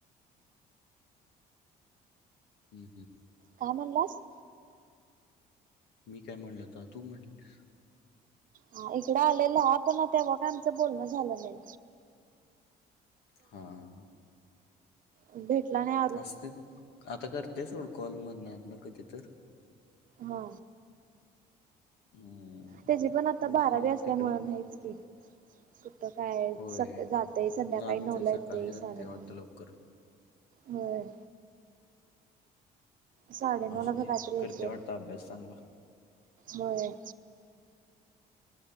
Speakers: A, on the left (about 80°); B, on the right (about 55°).
A: हम्म हम्म.
B: का म्हनलास?
A: मी काय म्हणल तवा तू म्हणलीस.
B: हा इकडं आलेला पण तेव्हा काय आमचं बोलणं झालं नाय.
A: हां हा.
B: भेटला नाय
A: असतंय आता करतय सोड कॉलमध मधन आदन कधी तर.
B: हा.
A: हम्म.
B: त्याची पण आता
A: बाकी
B: बारावी
A: मग
B: असल्यामुळ
A: तिकडं
B: हायच की. कुठं काय
A: होय
B: स- जातय संध्याकाळी
A: जाते
B: नऊला
A: सकाळी
B: येतय
A: जाते
B: साडेनऊ
A: वाटतं लवकर
B: होय. साडे नऊला
A: असू
B: का
A: दे
B: काय तर येतय
A: करते वाटतं अभ्यास चांगला
B: होय.